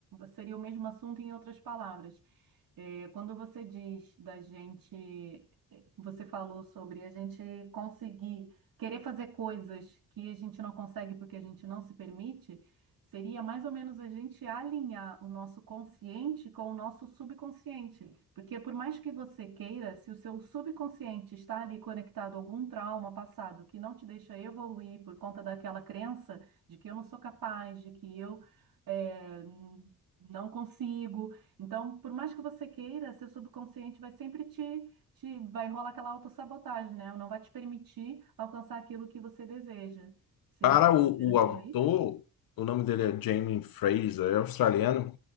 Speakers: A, on the right; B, on the left.
A: seria o mesmo assunto em outras palavras. É, quando você diz da gente, é, você falou sobre a gente conseguir querer fazer coisas que a gente não consegue porque a gente não se permite. Seria mais ou menos a gente alinhar o nosso consciente com o nosso subconsciente. Porque por mais que você queira, se o seu subconsciente está ali conectado a algum trauma passado que não te deixa evoluir por conta daquela crença de que eu não sou capaz, de que eu eh, não consigo. Então, por mais que você queira, seu subconsciente vai sempre te, te vai rolar aquela autossabotagem, né? Não vai te permitir alcançar aquilo que você deseja. Seria
B: Para o,
A: menos
B: o autor,
A: por aí?
B: o nome dele é Jamie Fraser, é australiano.